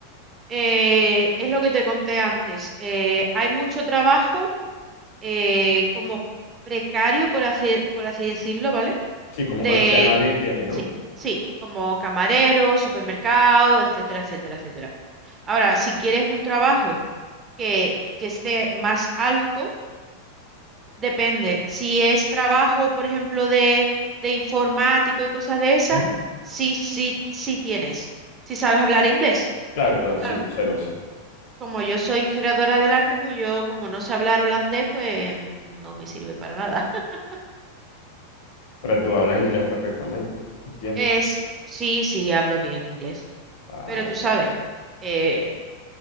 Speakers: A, on the right; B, on the left.
A: eh, es lo que te conté antes. eh, hay mucho trabajo eh, como precario, por así, por así decirlo, ¿vale?
B: Sí, como
A: De,
B: con los que nadie quiere, ¿no?
A: sí, sí, como camarero, supermercado, etcétera, etcétera, etcétera. Ahora, si quieres un trabajo que, que esté más alto, Depende. Si es trabajo, por ejemplo, de, de informático y cosas de esas,
B: ¿Mm?
A: sí, sí, sí tienes. Si sabes hablar inglés.
B: Claro, claro,
A: Claro,
B: sí, lo sé, lo sé.
A: como yo soy historiadora del arte, pues yo, como no sé hablar holandés, pues no me sirve para nada. <laughs>
B: Pero tú hablas inglés perfectamente. Entiendo.
A: Es, sí, sí, hablo bien inglés.
B: Vale.
A: Pero tú sabes, eh,